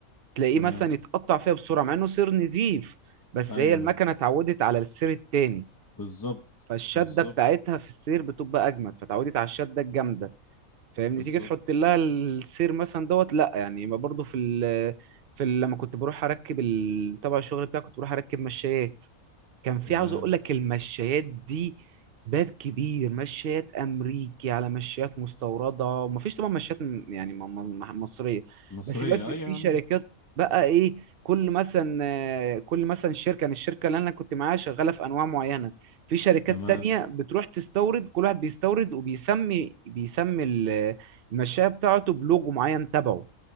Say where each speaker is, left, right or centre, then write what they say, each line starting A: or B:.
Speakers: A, on the right; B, on the left.
A: تلاقيه
B: تمام
A: مثلا يتقطع فيها بسرعه مع انه سير نضيف بس
B: ايوه
A: هي المكنه اتعودت على السير التاني
B: بالظبط
A: فالشده
B: بالظبط
A: بتاعتها في السير بتبقى اجمد فتعودت على الشده الجامده فاهمني
B: بالظبط
A: تيجي تحط لها السير مثلا دوت لا يعني ما برضو في ال في ال- لما كنت بروح اركب ال... تبع الشغل بتاعي كنت بروح اركب مشايات كان في
B: تمام
A: عاوز اقول لك المشايات دي باب كبير مشايات امريكي على مشايات مستورده ومفيش طبعا مشايات م- يعني م- م- مصريه
B: مصريه
A: بس يبقى في
B: ايوه يا
A: في شركات
B: عم
A: بقى ايه كل مثلا آه، كل مثلا شركه يعني الشركه اللي انا كنت معاها شغاله في انواع معينه في شركات
B: تمام
A: تانية بتروح تستورد كل واحد بيستورد وبيسمي بيسمي ال- المشاية بتاعته بلوجو معين تبعه